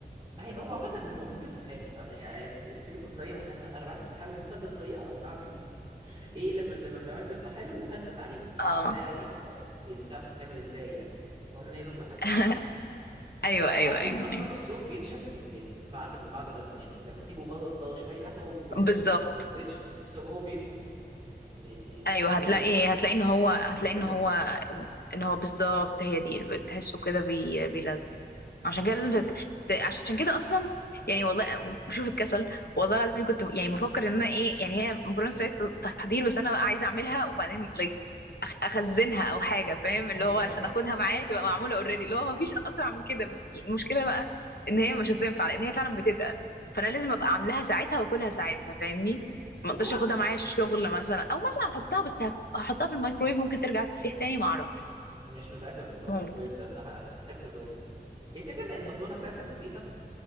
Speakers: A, on the right; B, on the left.
A: هي- هو عامة المهم بيطلع حلو فاهم يعني س- سيبك من الطريقة إحنا- أنا بس بحاول نثبت الطريقة أو نعرف ال... <laughs> إيه لما لما بنعمله بيطلع حلو وهثبت عليه مش
B: اه
A: مشكلة يعني ال... البتاع بتتعمل إزاي يعني المهم إن هي تطلع حلوة
B: <laughs> ايوه
A: أصلا
B: ايوه ايوه
A: أصلا
B: ايوه
A: الصوص بينشف يعني بعد ما بعد ما يطلع يعني لما أسيبه بره بره شوية حتى هو بيبقى لسه
B: بالظبط
A: سخن ما بيبقاش بس هو هو بيمسك بي... بي...
B: ايوه
A: بي...
B: هتلاقي هتلاقي ان هو هتلاقي
A: بيكثف
B: ان هو ان هو بالظبط هي دي اللي بتحسه كده بي... بيلزق عشان
A: أيوه
B: كده لازم تت... ت- عشان كده اصلا يعني والله بشوف الكسل والله العظيم كنت ب- يعني بفكر ان انا ايه يعني هي مكرونه سريعه التحضير بس انا بقى عايزه اعملها وبعدين لايك أخ... اخزنها او حاجه فاهم اللي
A: أيوه
B: هو عشان
A: أيوه
B: اخدها معايا تبقى معموله اوريدي اللي هو مفيش اسرع من كده بس المشكله بقى ان هي مش هتنفع لان هي فعلا بتتقل فانا لازم ابقى عاملاها ساعتها واكلها ساعتها فاهمني ما اقدرش
A: والله
B: اخدها معايا الشغل مثلا او مثلا احطها بس هك- هحطها في الميكرويف ممكن ترجع تسيح تاني ما اعرف
A: مش متأكد من موضوع
B: ممكن
A: الميكرويف ده الصراحة هتحتاج تجربة الفكرة إن المكرونة ساعة التحضير